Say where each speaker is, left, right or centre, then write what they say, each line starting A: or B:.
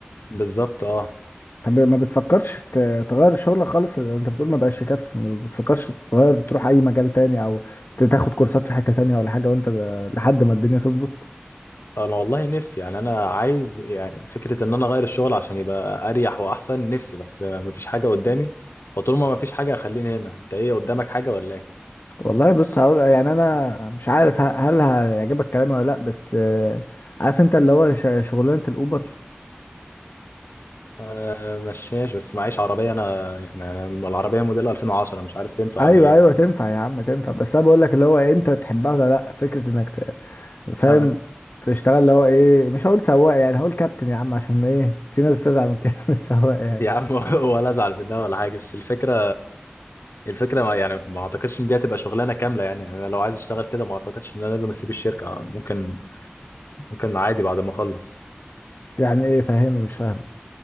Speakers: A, on the left (about 80°); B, on the left (about 60°).
A: بالظبط اه
B: طب ما بتفكرش ت- تغير شغلك خالص انت بتقول ما بقاش يكفي ما بتفكرش تغير تروح اي مجال تاني او ت- تاخد كورسات في حتة تانية ولا حاجة وانت ب... لحد ما الدنيا تظبط
A: انا والله نفسي يعني انا عايز يعني فكره ان انا اغير الشغل عشان يبقى اريح واحسن نفسي بس مفيش حاجه قدامي فطول ما مفيش حاجه خليني هنا انت ايه قدامك حاجه ولا ايه
B: والله بص هقول يعني انا مش عارف ه- هل هيعجبك كلامي ولا لا بس آه، عارف انت اللي هو ش- شغلانه الاوبر
A: آه، مشاش بس معيش عربيه انا يعني العربيه موديل 2010 مش عارف تنفع
B: ايوه
A: ولا ايه
B: ايوه تنفع يا عم تنفع بس انا بقول لك اللي هو إيه، انت تحبها ولا لا فكرة انك ت... فاهم
A: انا
B: تشتغل اللي هو ايه مش هقول سواق يعني هقول كابتن يا عم عشان ايه في ناس بتزعل من كلمة <laughs> سواق يعني
A: يا عم <laughs> ولا ازعل منها ولا حاجه بس الفكره الفكره ما يعني ما اعتقدش ان دي هتبقى شغلانه كامله يعني انا لو عايز اشتغل كده ما اعتقدش ان انا لازم اسيب الشركه ممكن ممكن عادي بعد ما اخلص
B: يعني ايه فاهمني مش فاهم